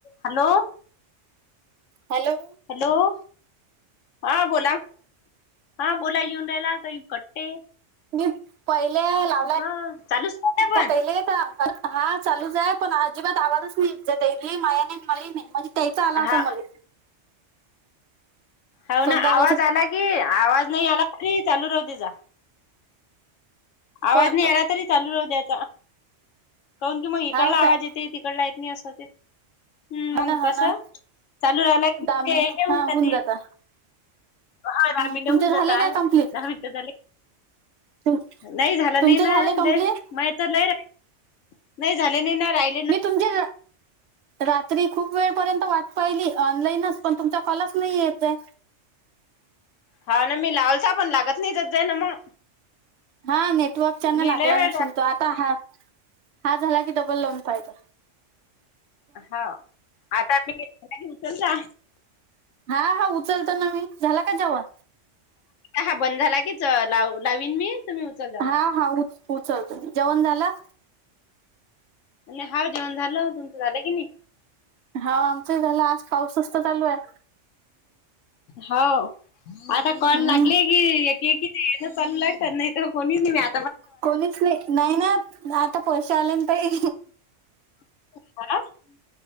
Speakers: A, on the left (about 85°); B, on the right (about 65°).
A: Hello.
B: Hello.
A: Hello हा बोला. हा बोला येऊन राहिला काही कट्टे
B: मी पहिले लावला
A: हा
B: <unintelligible>
A: चालूच राहते पण
B: का हा चालूच आहे पण अजिबात आवाजच नाहीजतयली मायाने मली नाही माझी त्याचा आला आता
A: हा
B: मले
A: होना
B: सोंदाळ्याचा
A: आवाज आला की आवाज नाही आला तरी चालू राहूदे जा. आवाज
B: बर
A: नाही आलातरी चालू राहू द्यायचा कायुन की मग इकडला
B: हाव काय
A: आवाज येत ते तिकडला येत नाही असं ते हम्म,
B: हो
A: मंग
B: ना
A: कसं
B: हो ना
A: चालू राहिला की
B: दहा मिनिट
A: ते घेऊन
B: हा होऊन
A: जातील.
B: जाता
A: हाय
B: ह
A: रामीनड
B: तुमचे
A: होऊन
B: झाले
A: जातात
B: काय कम्प्लीट
A: दहा मिनटं झाले.
B: तुम
A: नाही झालं
B: तुमचे
A: नाही ना
B: झाले
A: लेर
B: कम्प्लीट
A: मये तर लय र नाही झाले नई ना राहि
B: मी तुमच्या रात्री खूप वेळपर्यंत वाट पाहिली ऑनलाईनच पण तुमचा कॉलाच नाही येत आहे.
A: हा ना मी लावलता पण लागत नाही जात जाई ना मग.
B: हा नेटवर्कच्या ना
A: मी
B: लागला
A: लय
B: नसेल
A: वेळ
B: तो आता हा हा झाला की डबल लाऊन पाहेचा.
A: हा आता मीनी <unintelligible> उचल ला.
B: हा हा उचलतना मी झाला का जेवण?
A: हा हा बंद झाला की च लाव लावीन मी. तुम्ही उचल जा.
B: हा हा उच उचलतो मी, जेवण झाला?
A: म्हणे हा जेवण झालं तुमचं झालं की नी?
B: हा आमचही झालं आज पाऊसच तर चालू आहे.
A: हा आता कॉल
B: हम्म
A: लागली की एकी-एकी चे हेजात चाललेल आहे तर नाहीतर कोणीच नाही मी आ
B: कोणीच नाही नाही नाथ न आता पैशे आलेना ताई
A: तुम्हाला